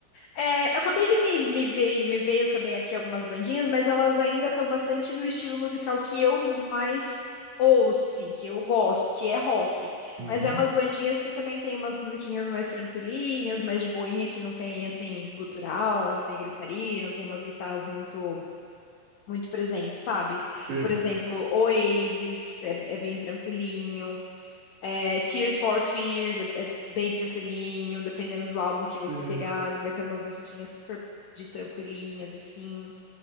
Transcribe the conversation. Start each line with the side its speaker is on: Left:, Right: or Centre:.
Left: É, eu acabei de me, me ver, me veio também aqui algumas bandinhas, mas elas ainda estão bastante no estilo musical que eu mais ouço, assim, que eu gosto, que é rock.
Right: Uhum,
Left: Mas é umas bandinhas que também tem umas musiquinhas mais tranquilinhas, mais de boinha, que não tem, assim, gutural, não tem gritaria, não tem umas guitarras muito, muito presentes, sabe?
Right: sim,
Left: Por exemplo, Oasis é, é bem tranquilinho. É, Tears for Fears é, é bem tranquilinho, dependendo do álbum que você
Right: sim.
Left: pegar, ele vai ter umas musiquinhas super de tranquilinhas, assim.